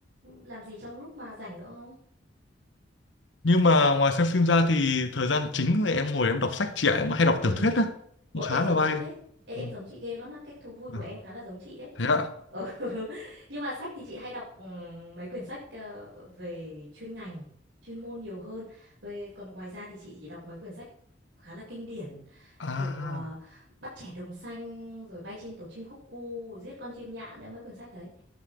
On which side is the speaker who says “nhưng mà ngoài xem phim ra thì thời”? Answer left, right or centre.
Left